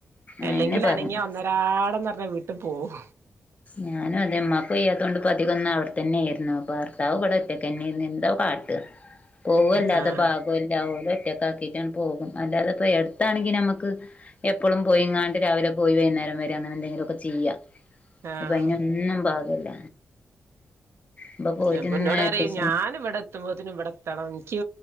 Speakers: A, on the left; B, on the right.
A: അയെന്നെ
B: അല്ലെങ്കിൽ
A: പറയണെ
B: അനങ്ങിയ ഒന്നൊരാടന്ന് പറഞ്ഞാ വീട്ടിൽ പോവും
A: ഞാനും അതേമ്ക്കയ്യാത്തത്ണ്ട് പ അതികൊന്ന് അവിടെത്തന്നെയ ആയിരുന്നു ഭർത്താവ് ഇവിടെ ഒറ്റയ്ക്ക തന്നെയയിരുന്നു എന്താ കാട്ട് പോവല്ലാതെ
B: ആഹ്
A: പാ ല്ല ഒറ്റക്കാക്കിട്ടൺ പോകും. അല്ലാതെ ഇപ്പട്ത്താണെങ്കി ഞമ്മക്ക്. എപ്പളും പോയിങ്ങാണ്ട് രാവിലെ പോയി വൈന്നേരം വര അങ്ങനെന്തെങ്കിലൊക്കെ ചെയ്യ
B: ആഹ്
A: പ്പയിനൊന്നും പാകല്ല ഇപ്പൊ പോയിട്ടിന്ന്
B: അപൊ ഇന്നോടറീം
A: എട്ടീസം
B: ഞാന് വടെ എത്തുമ്പത്തിന് ഇവട്ത്തണം ഇന്ക്ക്